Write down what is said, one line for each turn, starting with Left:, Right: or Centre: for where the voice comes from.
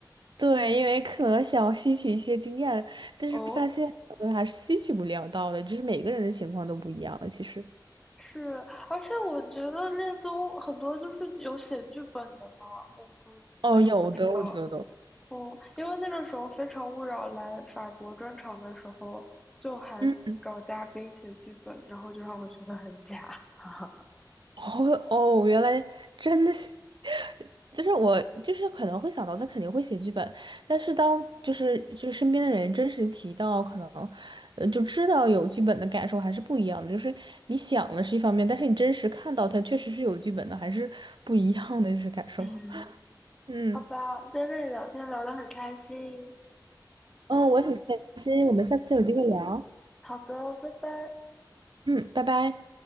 Right: 对，因为可能想要吸取一些经验，但是发现呃还是吸取不了到的，
Centre: 哦，
Right: 就是每个人的情况都不一样，其实。
Centre: 是，而且我觉得恋综很多就是有写剧本的嘛，我不，我也不知道。
Right: 哦，有的，我觉得。
Centre: 哦，因为那个时候《非诚勿扰》来法国专场的时候，就还找嘉宾写剧本，
Right: 嗯。
Centre: 然后就让我觉得很假。<laughs>
Right: 哦哦，原来真的是，就是我就是可能会想到他肯定会写剧本，但是当就是就是身边的人真实提到，可能呃就知道有剧本的感受还是不一样的。就是你想的是一方面，但是你真实看到他确实是有剧本的，还是不一样的就是感受。
Centre: 嗯，
Right: 嗯
Centre: 好吧，在这里聊天聊得很开心。
Right: 嗯，我也很开心，我们下次有机会聊。
Centre: 好的，拜拜。
Right: 嗯，拜拜。